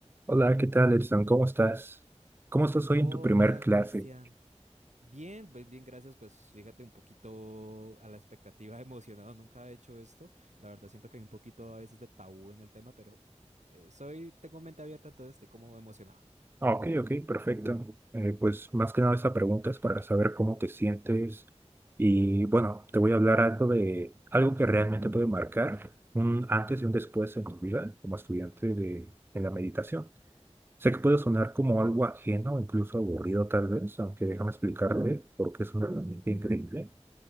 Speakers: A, on the right (about 20°); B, on the right (about 85°).
A: Hola, ¿qué tal, Edson? ¿Cómo estás? ¿Cómo estás hoy
B: Hola,
A: en tu primer clase?
B: Cristian. Bien, pues, bien, gracias. Pues fíjate un poquito a la expectativa, <laughs> emocionado. Nunca he hecho esto. La verdad siento que hay un poquito a veces de tabú en el tema, pero eh, soy, tengo mente abierta, entonces estoy como emocionado.
A: Ah, ok, ok, perfecto. Eh, pues más que nada esa pregunta es para saber cómo te sientes y bueno, te voy a hablar algo de algo que realmente puede marcar un antes y un después en tu vida como estudiante de, en la meditación. Sé que puede sonar como algo ajeno, incluso aburrido tal vez, aunque déjame explicarte porque es una herramienta increíble.